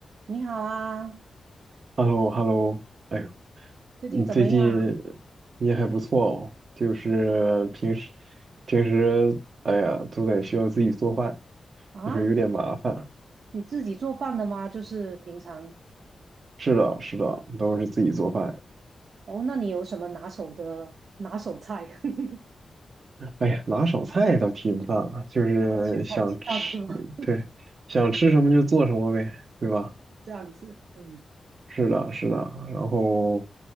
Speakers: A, on the right; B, on the right.
A: 你好啊，
B: h e l l o h e l l o 哎呦，
A: 最近怎么样
B: 你最近你也还不错哦，就是平时平时，哎呀，都得需要自己做饭，
A: 啊？
B: 就是有点麻烦。
A: 啊，你自己做饭的吗？就是平常
B: 是的，是的，都是自己做饭。
A: 哦，那你有什么拿手的拿手菜？<laughs>
B: 哎呀，拿手菜倒提不上啊，就是想吃，
A: 番茄炒鸡蛋是吗？
B: 对，想吃什么就做什么呗，对吧？
A: <laughs> 这样子，嗯
B: 是的，是的。然后，